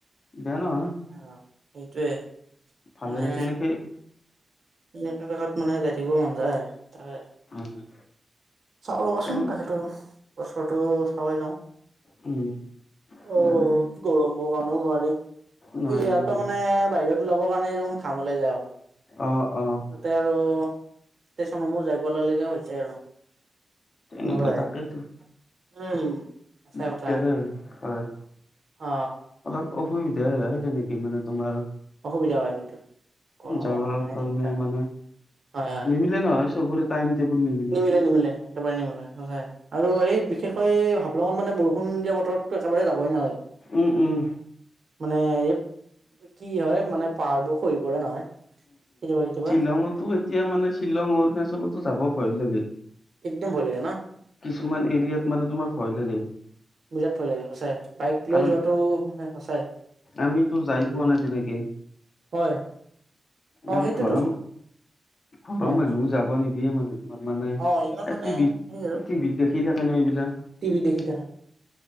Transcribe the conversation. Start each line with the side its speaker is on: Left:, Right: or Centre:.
Left: বেয়া নহয়।
Right: অ', সেইটোৱে
Left: ভালে
Right: মানে
Left: সেনেকে
Right: এনেকা জেগাত মানে যাই থাকিব মন যায় তাকে।
Left: অ'।
Right: চাও ৰবাচোন
Left: তেওঁ
Right: তাকেতো বছৰটো চাই লওঁ।
Left: উম।
Right: অ',
Left: মানে
Right: গৰমৰ কাৰণেও নোৱাৰে।
Left: নোৱাৰি
Right: অ', ইয়াৰ
Left: নোৱাৰি
Right: পৰা মানে বাহিৰত ওলাবৰ কাৰণে দেখোন ঘাম ওলাই যায় আকৌ।
Left: অ', অ'।
Right: তাতে আৰু ষ্টেচনসমূহ যাই পোৱা লগে লগে হৈছে আৰু।
Left: তেনেকোৱা
Right: এনেকুৱাই
Left: তাকেইতো।
Right: উম, সঁচা
Left: দিগদাৰে
Right: কথা।
Left: হয়, হয়।
Right: অ,
Left: অলপ অসুবিধাই, তেনেকে মানে তোমাৰ
Right: অসুবিধা হয় কিন্তু গৰমত
Left: যাবাৰ
Right: মানে
Left: কাৰণে
Right: দিগদাৰ
Left: মানে,
Right: হয় হয়
Left: নিমিলে নহয়। চবৰে, টাইম টেবুল নি
Right: নিমিলে, নিমিলে। একেবাৰে নিবলে সঁচাই আৰু এই বিশেষকৈ হাফলঙত মানে বৰষুণ দিয়া বতৰতো একেবাৰে যাবই নালাগে।
Left: উম, উম,
Right: মানে এই কি হয় মানে, পাহাৰবোৰ খহি পৰে নহয় কেতিয়াবা কেতিয়াবা।
Left: শ্বিলংঙতো এতিয়া মানে শ্বিলং অৰুণচলতো যাব ভয় লাগে।
Right: একদম ভয় লাগে ন?
Left: কিছুমান এৰিয়াত মানে তোমাৰ ভয় লাগে।
Right: বিৰাট ভয় লাগে, সঁচাই বাইক
Left: কাৰণ
Right: লৈ যোৱাতটো মানে সঁচাই।
Left: আমিতো যাই
Right: উম
Left: পোৱা নাই তেনেকে।
Right: হয়। অ
Left: আৰু
Right: সেইটোতো
Left: ঘৰম, ঘৰৰ
Right: হয়
Left: মানুহ যাব নিদিয়ে মানে। তাৰ মানে,
Right: অ ইমান মানে
Left: এই টিভিত
Right: সেই আৰু
Left: টিভিত দেখি থাকে ন, এইবিলাক।
Right: টিভিত দেখি থাকে